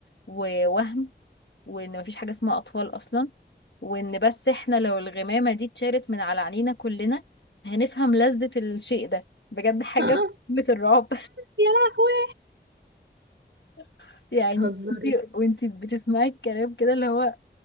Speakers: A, on the left; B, on the right.
A: ووهم وان مفيش حاجة اسمها اطفال اصلا وان بس احنا لو الغمامة دي اتشالت من على عينينا كلنا هنفهم لذة الشيء ده بجد حاجة
B: آه.
A: <laughs> في قمة الرعب
B: يا لهوي
A: <laughs> يعني
B: بتهزري؟
A: انتي وانتي <laughs> بتسمعي الكلام كده اللي هو